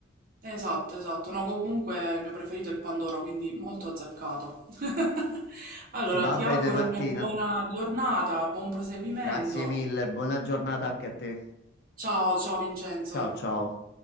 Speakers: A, on the right; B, on the left.
A: Esatto, esatto. No, comunque il mio preferito è il Pandoro, quindi molto azzeccato. <laughs> Allora,
B: Va
A: ti auguro
B: bene Martina,
A: una buona giornata, buon proseguimento.
B: grazie mille, buona giornata anche a te.
A: Ciao, ciao Vincenzo.
B: Ciao ciao.